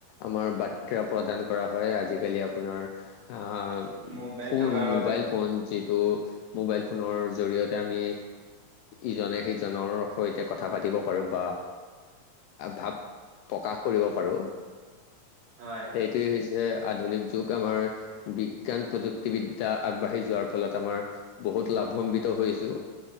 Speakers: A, on the left; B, on the right.
A: আমাৰ বাৰ্তা প্ৰদান কৰা হয় আজিকালি আপোনাৰ আহ
B: মোবাইল
A: ফোন,
B: থকাৰ বাবে
A: মোবাইল ফোন ত' মোবাইল ফোনৰ জৰিয়তে আমি ইজনে-সিজনৰ সৈতে কথা পাতিব পাৰোঁ বা ভাৱ প্ৰকাশ কৰিব পাৰোঁ
B: হয়
A: সেইটোৱেই হৈছে আধুনিক যুগ আমাৰ বি জ্ঞান প্ৰযুক্তিবিদ্যা আগবাঢ়ি যোৱাৰ ফলত আমাৰ বহুত লাভান্বিত হৈছোঁ